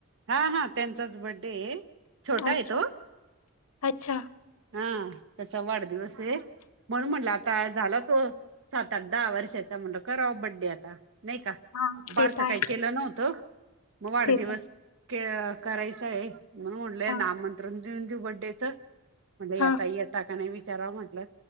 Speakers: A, on the right; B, on the left.
A: हा हा त्यांचाच बड्डे ये छोटा
B: अच्छा
A: आहे तो.
B: अच्छा
A: हा त्याचा वाढदिवस आहे म्हनून म्हणलं आता झाला तो. सात आठ दहा वर्षाचा म्हणल करावा बड्डे आता नाही का
B: हा
A: बारसं
B: ते तर आहे
A: काही केलं नव्हतं मग वाढदिवस.
B: ते तर आहे.
A: करायचंय म्हणून म्हणलंय
B: हा
A: आमंत्रण देऊन देऊ बर्डेचं. म्हणजे आता
B: हा
A: येता का नाही विचाराव म्हटलं.